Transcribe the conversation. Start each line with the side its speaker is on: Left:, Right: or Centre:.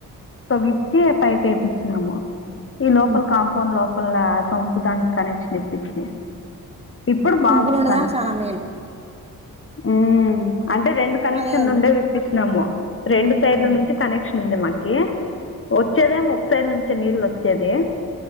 Left: తొగిచ్చి పైప్ ఏపిచ్చినాము. ఈ లోపల
Right: ఉమ్.
Left: కాంపౌండ్ లోపల సొంపు దానికి కనెక్షన్ ఇప్పిచ్చి ఇప్పుడు బాగా
Right: పంపులు
Left: వస్
Right: ఉండదా చాలా మేలు
Left: మ్ అంటే రెండు కనెక్షన్
Right: అదే అది.
Left: లు ఉండేవి ఇప్పిచ్చినాము. రెండు సైడ్ల
Right: ఉమ్,
Left: నుంచి కనెక్ష ఉండ మాకి వచ్చేదేమో ఒక సైడ్ నుంచే నీళ్ళు వచ్చేది.